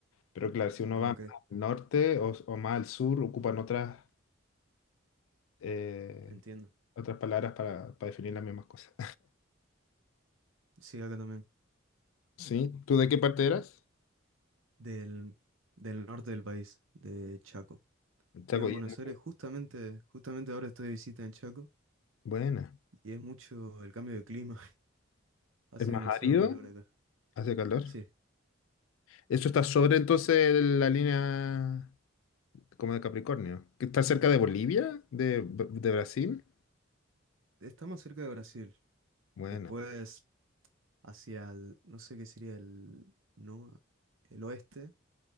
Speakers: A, on the left; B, on the right.
A: Pero claro, si uno
B: Ah,
A: va
B: ok,
A: más al norte o, o más al sur, ocupan otras, eh,
B: entiendo.
A: otras palabras para, para definir las mismas cosas.
B: Sí, acá también,
A: <laughs> ¿Sí? ¿Tú de qué parte eras?
B: del, del norte del país, de Chaco.
A: Chacoyana.
B: Vivo en Buenos Aires, justamente, justamente ahora estoy de visita en Chaco.
A: Buena.
B: Y es mucho el cambio de clima. Hace
A: ¿Es más
B: demasiado
A: árido?
B: calor acá.
A: ¿Hace calor?
B: Sí,
A: ¿Eso está sobre entonces la línea? como de Capricornio, que está cerca de Bolivia, de, B- de Brasil.
B: está más cerca de Brasil.
A: Buena,
B: Después, hacia el, no sé qué sería el, no, el oeste.